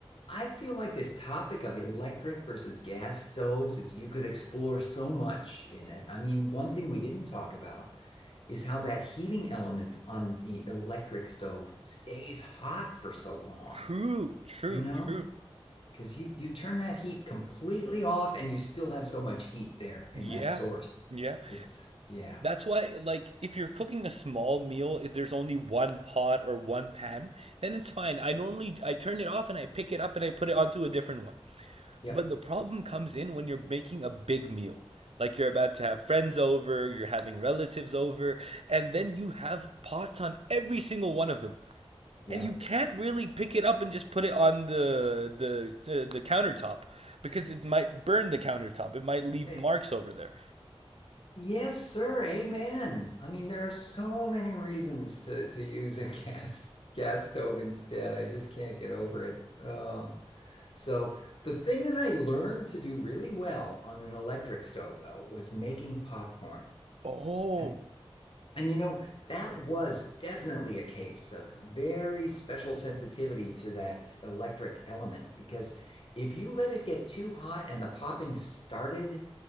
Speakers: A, on the left; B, on the right.
A: I feel like this topic of electric versus gas stoves is you could explore so much in it. I mean, one thing we didn't talk about is how that heating element on the electric stove stays hot for so long,
B: True, true,
A: you know?
B: true.
A: Because you you turn that heat completely off and you still have so much heat there in
B: Yeah.
A: that source.
B: Yeah.
A: It's yeah.
B: That's why, like, if you're cooking a small meal, if there's only one pot or one pan, then it's fine. I normally I turn it off and I pick it up and I put it onto a different one.
A: Yep.
B: But the problem comes in when you're making a big meal. Like you're about to have friends over, you're having relatives over, and then you have pots on every single one of them.
A: Yep.
B: And you can't really pick it up and just put it on the the the, the countertop because it might burn the countertop. It might leave
A: Eh,
B: marks over there.
A: Yes, sir. Amen. I mean, there are so many reasons to to use a <laughs> gas gas stove instead. I just can't get over it. Uh, so the thing that I learned to do really well on an electric stove, though, was making popcorn.
B: Oh,
A: And and you know, that was definitely a case of very special sensitivity to that electric element because if you let it get too hot and the popping started,